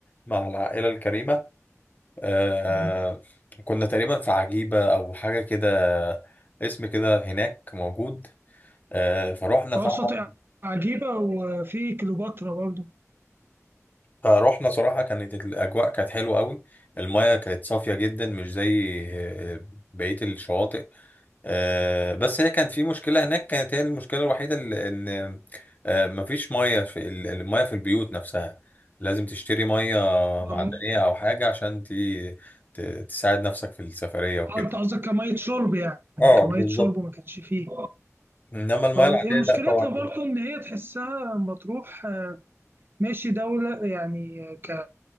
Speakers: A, on the left (about 30°); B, on the right (about 40°).
A: مع العائله الكريمه آه...
B: مم.
A: كنا تقريبا في عجيبه او حاجه كده اسم كده هناك موجود آه... فروحنا
B: اه
A: طبعا
B: شاطئ عجيبة وفي كليوباترا برضه
A: فروحنا صراحة كانت الأجواء كانت حلوة قوي المياه كانت صافية جدا مش زي آه، بقية الشواطئ آه، بس هي كانت في مشكلة هناك كانت هي المشكلة الوحيدة ال- إن آه، مفيش مية في ال- المية في البيوت نفسها لازم تشتري مية معدنية
B: أم-
A: أو حاجة عشان تي- ت- تساعد نفسك في السفرية وكده
B: اه انت قصدك كمية شرب يعني
A: اه
B: كمية
A: بالظبط
B: شرب ما كانش فيه
A: انما المياه
B: اه
A: العاديه
B: هي مشكلتها
A: لا طبعا
B: برضه
A: كده
B: ان هي تحسها مطروح ماشي دولة يعني ك